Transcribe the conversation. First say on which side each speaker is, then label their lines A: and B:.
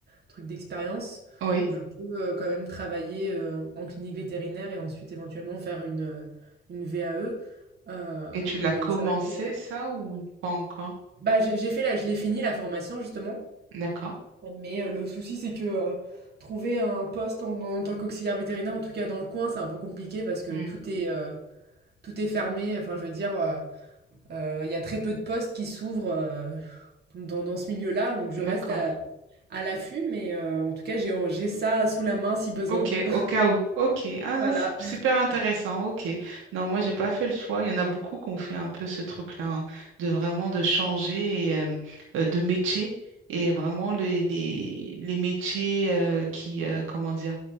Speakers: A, on the right; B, on the right.
A: trucs d'expérience.
B: Oui.
A: Donc, je peux euh, quand même travailler euh, en clinique vétérinaire et ensuite éventuellement faire une, euh, une VAE. Euh,
B: Et tu
A: mais
B: l'as commencé,
A: c'est vrai que
B: ça, ou pas encore?
A: bah, j'ai j'ai fait la, je l'ai fini la formation justement.
B: D'accord.
A: Mais euh, le souci, c'est que euh, trouver un poste en, en tant qu'auxiliaire vétérinaire, en tout cas dans le coin, c'est un peu compliqué parce que
B: Mm.
A: tout est, euh, tout est fermé. Enfin, je veux dire. euh, Euh, Il y a très peu de postes qui s'ouvrent euh, dans, dans ce milieu-là, donc je
B: D'accord.
A: reste à, à l'affût, mais euh, en tout cas, j'ai, j'ai ça sous la main si besoin.
B: Ok,
A: <laughs>
B: au cas où. Ok. Ah non,
A: Voilà.
B: c'est super intéressant. Ok. Non, moi, j'ai pas fait le choix. Il y en a beaucoup qui ont fait un peu ce truc-là, hein, de vraiment de changer et, euh, euh, de métier. Et vraiment, les, les, les métiers euh, qui, euh, comment dire,